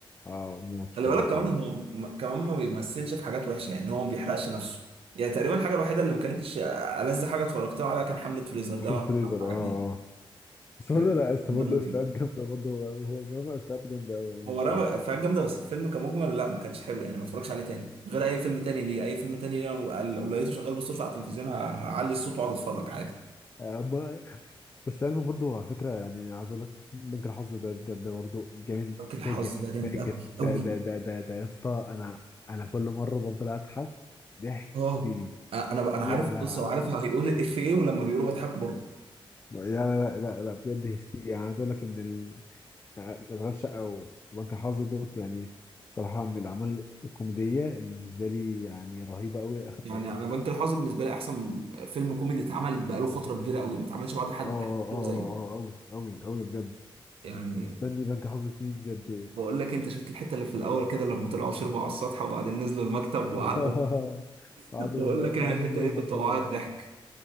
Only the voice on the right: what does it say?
خلي
بالك كمان
هو م- كمان ما بيمثلش في حاجات وحشه يعني هو ما بيحرقش نفسه يعني تقريبا الحاجه الوحيده اللي ما كانتش ألذ حاجه اتفرجت له عليها كان حمله فريزر ده
ما ما
عجبنيش
ده
كان
دمه
تقيل
هو رمى
افيهات جامده بس الفيلم كمجمل لا ما كانش حلو يعني ما اتفرجش عليه تاني غير اي فيلم تاني ليه اي فيلم تاني ليه أنا لو لقيته شغال بالصدفه على التلفزيون ه- هعلي الصوت واقعد اتفرج عادي
راجل
الحظ ده جامد
قوي قوي
اه
انا
انا عارف
القصه
وعارف هيقول الإف ايه ولما بيقولوا بضحك برضه
يعني
انا بنك الحظ بالنسبه لي احسن فيلم كوميدي اتعمل بقاله فتره كبيره قوي ما اتعملش بعده حد
حلو
زيه
يعني
بقول لك انت شفت الحته اللي في الاول كده لما طلعوا شربوا على السطح وبعدين نزلوا المكتب
وقعدوا
بقول لك انا
الحته
دي
كنت بعيط ضحك